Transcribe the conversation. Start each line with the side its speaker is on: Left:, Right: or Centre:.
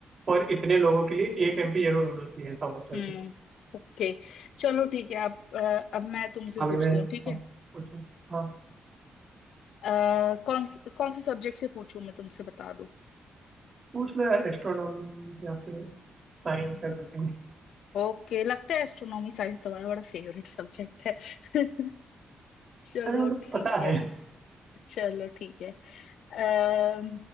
Right: और इतने लोगों के लिए एक एमपी जरूर होना चाहिए ऐसा होता है
Left: हम्म
Right: कुछ
Left: ओके चलो ठीक है अब अ, अब मैं तुमसे
Right: अभी
Left: पूछती
Right: मैं
Left: हूँ ठीक है
Right: हाँ, पूछूं हाँ
Left: अ, कौन कौन से सब्जेक्ट से पूछूं मैं तुमसे बता दो
Right: पूछ लो यार एस्ट्रोनॉमी या फिर साइंस या कुछ भी
Left: ओके लगता है एस्ट्रोनॉमी साइंस तुम्हारा बड़ा फेवरेट सब्जेक्ट है <laughs> चलो
Right: अरे मतलब
Left: ठीक
Right: पता
Left: है
Right: है
Left: चलो ठीक है अम,